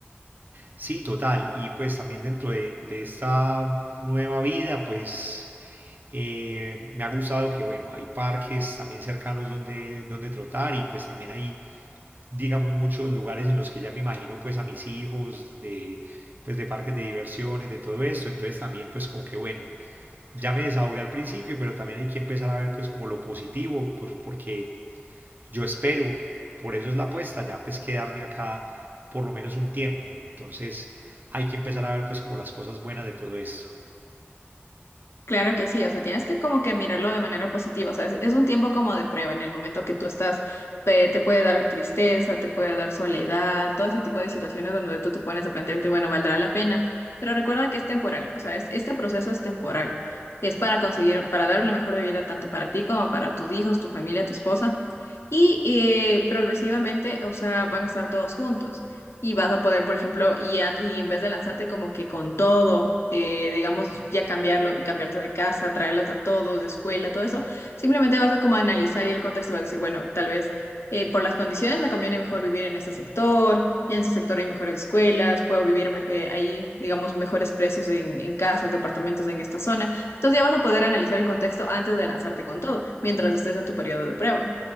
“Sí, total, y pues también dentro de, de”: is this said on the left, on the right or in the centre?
Right